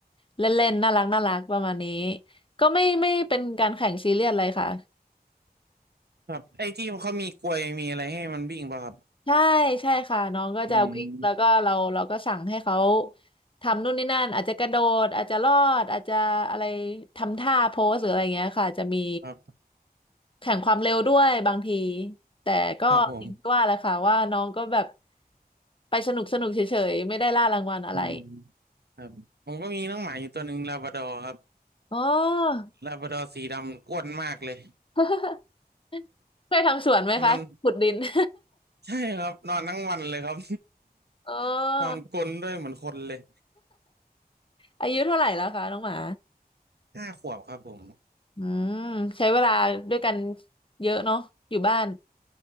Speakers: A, on the left; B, on the right.
A: เล่นๆน่ารักน่ารักประมาณนี้ก็ไม่ไม่เป็นการแข่งซีเรียสเลยค่ะ
B: ครับไอ้ที่เขามีกลวยมีอะไรให้มันวิ่งป่ะครับ
A: ใช่ใช่ค่ะน้องก็จะวิ่งแล้วก็เราเราก็สั่งให้เขา
B: อืม
A: ทำนู่นนี่นั่นอาจจะกระโดดอาจจะลอดอาจจะอะไรทำท่าโพสหรืออะไรเงี้ยค่ะจะมี
B: ครับ
A: แข่งความเร็วด้วยบางทีแต่ก็อย่างที่ว่าแหละค่ะว่าน้องก็แบบ
B: ครับผม
A: ไปสนุกสนุกเฉยๆไม่ได้ล่ารางวัลอะไร
B: อืมครับผมก็มีน้องหมาอยู่ตัวหนึ่งลาบราดอร์ครับ
A: อ๋อ
B: ลาบราดอร์สีดำอ้วนมากเลย
A: <laughs> เคยทำสวนไหมคะขุดดิน
B: นอน
A: <laughs>
B: ใช่ครับนอนทั้งวันเลยครับ
A: อ๋อ
B: <laughs> นอนกรนด้วยเหมือนคนเลย
A: อายุเท่าไหร่แล้วคะน้องหมา
B: ห้าขวบครับผม
A: อืมใช้เวลาด้วยกันเยอะเนาะอยู่บ้าน